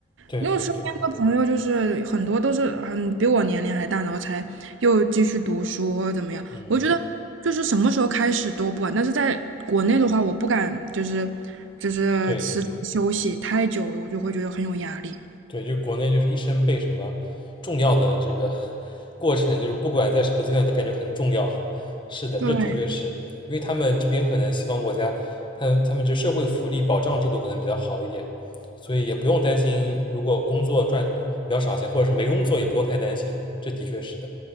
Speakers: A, on the left; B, on the right.
A: 对对对，
B: 因为我身边的朋友就是很多都是很比我年龄还大，然后才又继续读书或者怎么样。
A: 嗯，
B: 我觉得就是什么时候开始都不晚，但是在国内的话，我不敢就是就是辞职休息太久，
A: 对。
B: 我就会觉得很有压力。
A: 对，就国内就是一生被什么重要的这个 <laughs> 过程，就是不管在什么阶段都感觉很重要。是的，
B: 对，
A: 这的确是因为他们这边可能西方国家，他们他们这社会福利保障制度可能比较好一点，所以也不用担心，如果工作赚比较少钱，或者是没工作也不用太担心。这的确是的，